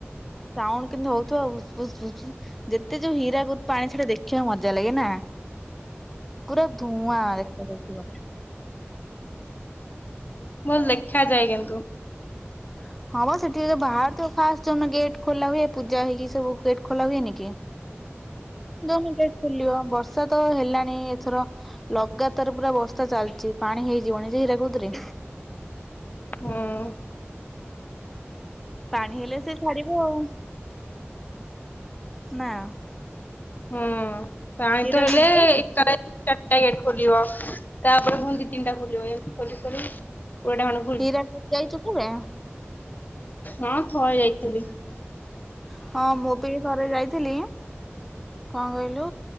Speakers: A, in the centre; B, on the left.
A: ସାଉଣ୍ଡ୍ କେମିତି ହଉଥିବ ଭୁସ୍ ଭୁସ୍ ଭୁସ୍। ଯେତେ ଯୋଉ ହୀରାକୁଦ ପାଣି ଛାଡେ ଦେଖିବାକୁ ମଜା ଲାଗେ ନାଁ ପୁରା ଧୂଆଁ ଦେଖାଯାଉଥିବ।
B: ଭଲ ଦେଖା ଯାଏ କିନ୍ତୁ।
A: ହଁ। ହଁ ବା ସେଠି ଏଇ ଯୋଉ ବାହାରୁଥିବ ଫାଷ୍ଟ୍ ଯୋଉ ଦିନ ଗେଟ୍ ଖୋଲା ହୁଏ ପୂଜା ହେଇକି ସବୁ ଗେଟ୍ ଖୋଲା ହୁଏନି କି? କେଜାଣି ଗେଟ୍ ଖୋଲିବ ବର୍ଷା ତ ହେଲାଣି ଏଥର ଲଗାତାର ପୁରା ବର୍ଷା ଚାଲିଛି ପାଣି ହେଇଯିବଣି ଯେ ହୀରାକୁଦରେ।
B: ହୁଁ।
A: ପାଣି ହେଲେ ସେ ଛାଡିବ ଆଉ। ନାଁ?
B: ହୁଁ ପାଣି
A: ହୀରାକୁଦ
B: ତ ହେଲେ
A: ଯାଇଛ?
B: ଏକାଥରେ ଚାରିଟା ଗେଟ୍ ଖୋଲିବ। ତାପରେ ପୁଣି ଦି ତିନିଟା ଖୋଲିବେ ଖୋଲି ସାରି <inaudible>
A: ହୀରାକୁଦ ଯାଇଛୁ କେବେ?
B: ହଁ ଥରେ ଯାଇଥିଲି।
A: ହଁ ମୁଁ ବି ଥରେ ଯାଇଥିଲି କଣ କହିଲୁ